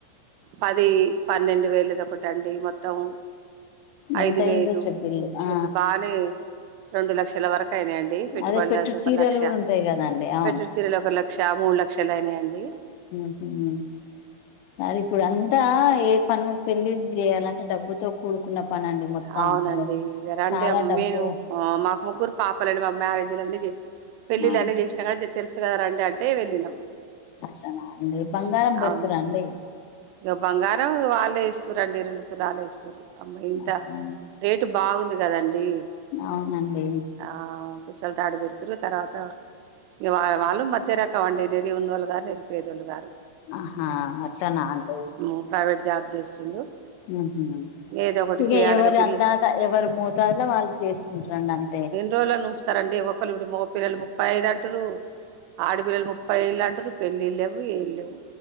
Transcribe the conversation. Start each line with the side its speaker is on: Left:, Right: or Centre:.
Right: పది పన్నెండు వేలుది ఒకటండి మొత్తం
Left: ఎంత
Right: ఐదు
Left: అయిండొచ్చు
Right: వేలు
Left: బిల్లు
Right: ఇచ్చిర్రు
Left: ఆ
Right: బానే రెండు లక్షల వరకు అయినాయండి పెట్టుబడులే
Left: అదే పెట్టు
Right: ఒక
Left: చీరలు
Right: లక్ష
Left: కూడా ఉంటాయి కదండి అవును
Right: పెట్ సిరులు ఒక లక్ష మూడు లక్షలు అయినా అండి
Left: ఉహు సరే ఇప్పుడు అంతా ఏ పను పెళ్లిచేయాలంటే డబ్బుతో కూడుకున్న పని అండి మొత్తం
Right: అవును
Left: అసలు
Right: అండి ఇగ రండి
Left: చాలా డబ్బు
Right: మీరు ఆ మాకు ముగ్గురు పాపలండి మా మ్యారేజీలన్నీ జే పెళ్లిళ్లు
Left: ఆ
Right: అన్ని చేసినాం కద తెలుసు కదా రండి అంటే వెళ్ళినాం
Left: అక్షనా అండి బంగారం పెడుతురా
Right: అవునండి
Left: అండి
Right: ఇక బంగారం వాళ్లే ఇస్తారుండి రెండు తులాలు ఇస్తూరు అమ్మాయి ఇంత
Left: అట్లనా
Right: రేట్ బాగుంది కదా అండి
Left: అవునండి
Right: ఆ పుస్తల తాడు పెడుతురు తర్వాత ఇ వా వాళ్ళు మధ్య రకం అండి నేరి ఉన్నళ్ళు గారు నేరి పేదోళ్ళు గారు
Left: ఆహా అట్లా నా అండి
Right: ము ప్రైవేట్ జాబ్ చేస్తుండు
Left: ఉహు
Right: ఏదో ఒకటి
Left: ఇక
Right: చేయాలిగా
Left: ఎవరు
Right: పిల్ల
Left: ఆన్ దద్తా ఎవరు మోతాదులో వాళ్ళు చేసుకుంటారు అండి అంతే
Right: రోలను సునారండి ఒక్కళ్ళు మొపిల్లు ముప్పై ఐదు అంటారు ఆడపిల్లలు ముప్ ఫైళ్లు అంటారు పెళ్ళు లేవు ఏం లేవు